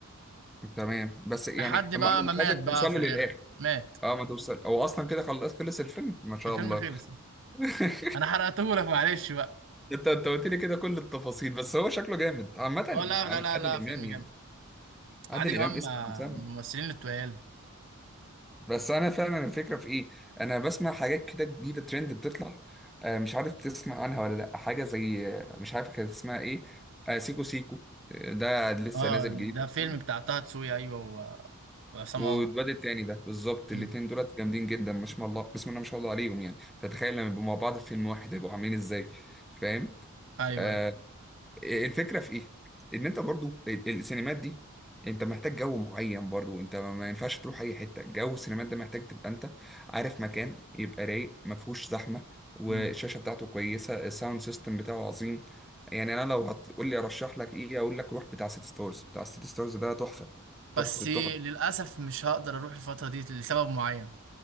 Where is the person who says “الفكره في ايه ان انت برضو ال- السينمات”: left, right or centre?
Centre